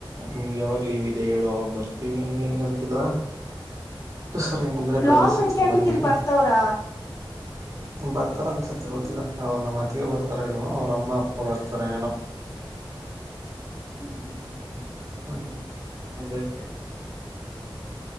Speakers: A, on the right; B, on the left.
A: ನಿ್ ಯಾವಾಗ ಲೀವ್ ಇದೆ ಹೇಳು ಅವಾಗ ಬರ್ತೀವಿ ಹಂಗ ಹೆಂಗ ಅಂತಿದ್ರ ಸರಿ ಹಾಗಿದ್ರೆ ಟ್ವೆಂಟಿ
B: ಲಾಂಗ್
A: ಸಿಕ್ಸ್ತ್
B: ವೀಕೆಂಡ್ಗೆ
A: ಬನ್ನಿ
B: ಇಲ್ ಬರ್ತವ್ರ
A: ಬರ್ತಾರ ಅನ್ಸುತ್ತೆ ಗೊತ್ತಿಲ್ಲ
B: ಹ್ಮ್
A: ಅವ್ರ ನಮ್ಮತಿಗೆ ಬರ್ತಾರ ಇಲ್ವ ಅವ್ರ ಅಮ್ಮ ಅಪ್ಪ ಬರ್ತಾರ ಏನೋ
B: <inaudible>
A: ಹ ಅದೆ